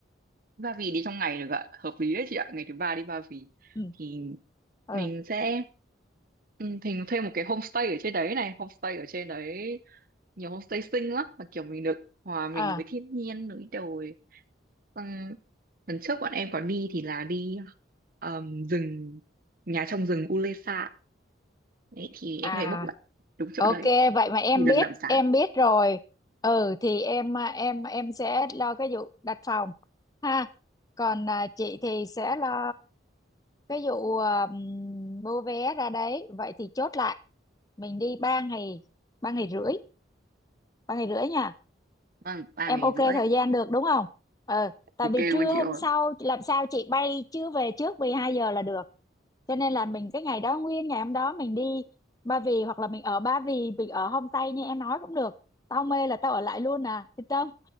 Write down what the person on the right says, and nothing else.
Ba Vì đi trong ngày được ạ hợp lý đấy chị ạ ngày thứ ba đi Ba Vì
thì
mình sẽ ừ, mình thuê một cái homestay ở trên đấy này homestay ở trên đấy nhiều homestay xinh lắm mà kiểu mình được hòa mình
với thiên nhiên núi đồi Xong lần trước bọn em có đi thì là đi ờm, rừng nhà trong rừng Ulesa đấy thì em
có thể
book lại đúng chỗ
đấy
thì được
giảm giá
vâng ba
ngày
rưỡi
ok
luôn chị
ơi